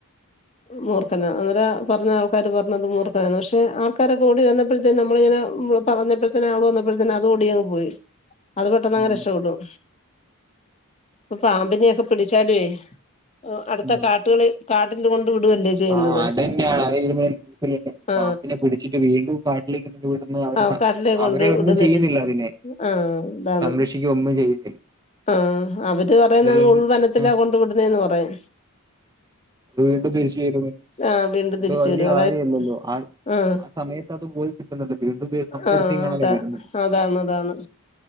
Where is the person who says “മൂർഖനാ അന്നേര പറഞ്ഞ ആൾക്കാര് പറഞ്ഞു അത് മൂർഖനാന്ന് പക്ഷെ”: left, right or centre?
Left